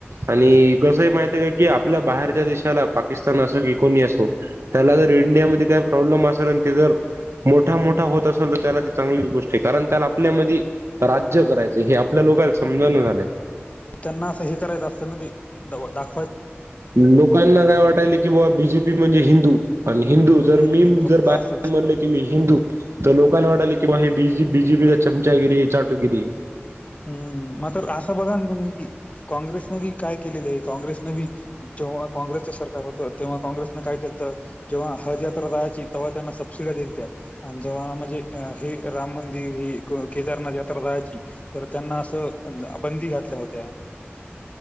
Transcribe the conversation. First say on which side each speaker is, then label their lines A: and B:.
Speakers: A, on the right; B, on the left.
A: आणि कसंहय माहित आहे का की आपल्या बाहेरच्या देशाला पाकिस्तान असो कि कोणी असो.. त्याला जर इंडियामध्ये काय प्रॉब्लेम असलं ते जर.. मोठा मोठा होत असलं तर त्याला ती चांगलीच गोष्ट आहे कारण त्याला आपल्यामध्ये राज्य करायचं हे आपल्या लोकला समजना झालंय.
B: त्यांना असं हे करायचं असतं ना ते दाखवून..
A: लोकांना काय वाटालयं की बा बीजेपी म्हणजे हिंदू हिंदू जर
B: हम्म
A: मी
B: फक्त
A: जर बाहेर
B: असं
A: म्हणलं की मी हिंदू तर लोकांना वाटले की बीजीपी.. बिजीपी ची चमचागिरी चाटूगिरी..
B: हम्म मग तर असं बघा ना तुम्हीबी.. काँग्रेसने बी काय केलेलं आहे काँग्रेसन बी जेव्हा काँग्रेसचं सरकार होतं तेव्हा काँग्रेस मग काय केलंत जेव्हा हाज यात्रा राहायची तेव्हा तेन्ना सपसिड्या आणि जव्हा म्हणजे हे राम मंदिर ही क केदारनाथ यात्रा राहायची तर त्यांना असं अ द बंदी घातल्या होत्या.